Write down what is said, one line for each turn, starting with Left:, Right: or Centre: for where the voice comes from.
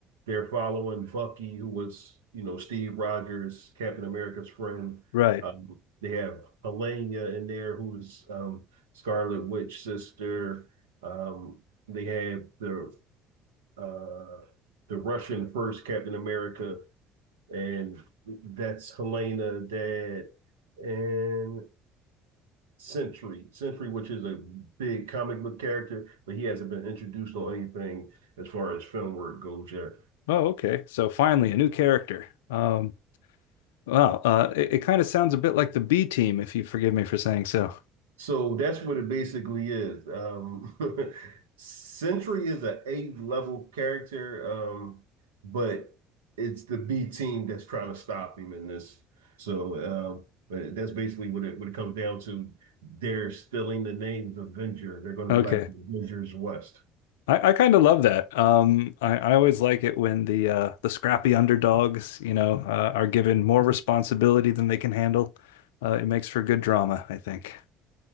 Right: they're following Bucky, who was, you know, Steve Rogers, Captain America's friend.
Left: Right.
Right: Um, they have Helena in there, who's um, Scarlet Witch sister. Um, they have the uh, the Russian first Captain America, and that's Helena, dad, and Century, Century, which is a big comic book character, but he hasn't been introduced on anything as far as film work goes yet.
Left: Oh, okay. So finally, a new character. Um, wow. Uh, it, it kind of sounds a bit like the B Team, if you forgive me for saying so.
Right: So that's what it basically is. Um, <laughs> Century is an A-level character, um, but it's the B team that's trying to stop him in this. So uh, but that's basically what it what it comes down to. They're stealing the name Avenger. They're going
Left: Okay.
Right: to be like the Avengers West.
Left: I, I kind of love that. Um, I, I always like it when the uh, the scrappy underdogs, you know, uh, are given more responsibility than they can handle. Uh, it makes for good drama, I think.